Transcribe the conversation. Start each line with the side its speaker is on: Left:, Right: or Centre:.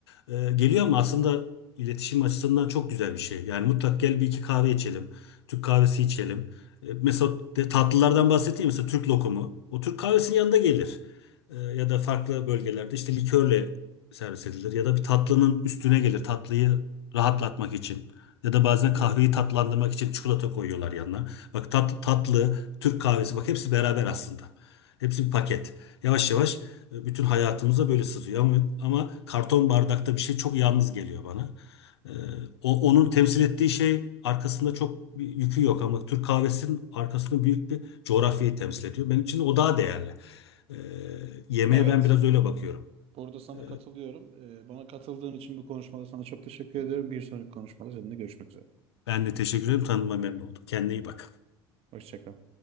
Left: e, geliyor ama aslında iletişim açısından çok güzel bir şey. Yani mutlak gel bir iki kahve içelim. Türk kahvesi içelim. E, Mesela de- tatlılardan bahsettiğim mesela Türk lokumu. O Türk kahvesinin yanında gelir. E, Ya da farklı bölgelerde işte likörle servis edilir. Ya da bir tatlının üstüne gelir tatlıyı rahatlatmak için. Ya da bazen
Right: Evet.
Left: kahveyi tatlandırmak için çikolata koyuyorlar yanına. Bak tat, tatlı, Türk kahvesi bak hepsi beraber aslında. Hepsi bir paket. Yavaş yavaş e, bütün hayatımıza böyle sızıyor. Ama, ama karton bardakta bir şey çok yalnız geliyor bana. Ee, o, onun temsil ettiği şey arkasında çok bir yükü yok ama Türk kahvesinin arkasında büyük bir coğrafyayı temsil ediyor. Benim için o daha değerli. Ee, yemeğe
Right: Evet.
Left: ben biraz öyle bakıyorum.
Right: Burada sana
Left: Ee,
Right: katılıyorum. Ee, bana katıldığın için bu konuşmada sana çok teşekkür ederim. Bir sonraki konuşmada seninle görüşmek üzere.
Left: ben de teşekkür ederim. Tanıma memnun oldum. Kendine iyi bak.
Right: Hoşça kal.